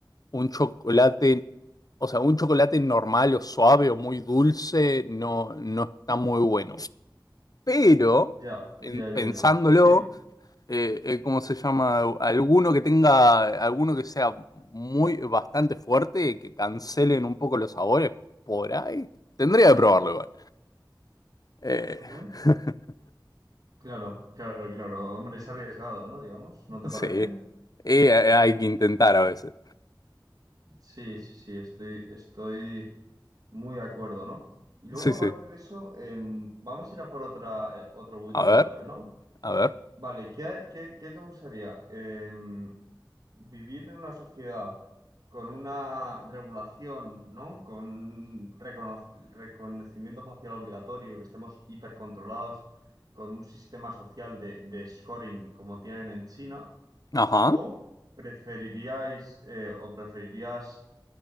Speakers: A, on the left; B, on the right.
A: un chocolate, o sea, un chocolate normal o suave o muy dulce no, no está muy bueno. Pero,
B: Ya,
A: pen-
B: ya,
A: pensándolo
B: ya, ya. ¿Sí?
A: eh, eh, ¿cómo se llama? Alguno que tenga, alguno que sea muy, bastante fuerte, que cancelen un poco los sabores por ahí. Tendría que probarlo igual. Eh,
B: Ujú.
A: <laughs>
B: Claro, claro, claro. Hombre, es arriesgado, ¿no? Digamos, ¿no te
A: sí,
B: parece?
A: Eh, hay que intentar a veces.
B: Sí, sí, sí, estoy, estoy muy de acuerdo, ¿no? Y luego,
A: Sí,
B: aparte
A: sí.
B: de eso, em, vamos a ir a por otra, eh, otro Would
A: A
B: You
A: ver,
B: Rather, ¿no?
A: a ver.
B: Vale, ¿qué, hay- qué, qué te gustaría? Em, ¿vivir en una sociedad con una regulación, ¿no? Con recono- reconocimiento facial obligatorio, que estemos hipercontrolados, con un sistema social de, de scoring como tienen en China,
A: Ajá.
B: o preferiríais eh, o preferirías